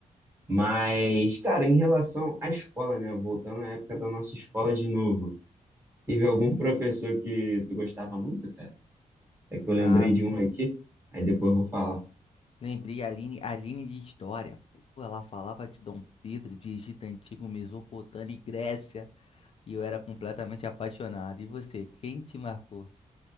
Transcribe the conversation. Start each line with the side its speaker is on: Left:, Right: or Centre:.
Right: Mas, cara, em relação à escola, né? Voltando à época da nossa escola de novo, teve algum professor que tu gostava muito, cara? É que eu lembrei
Left: Ah,
Right: de um aqui, aí depois eu vou falar.
Left: lembrei a Aline, Aline de História. Pô, ela falava de Dom Pedro, de Egito Antigo, Mesopotâmia e Grécia. E eu era completamente apaixonado. E você, quem te marcou?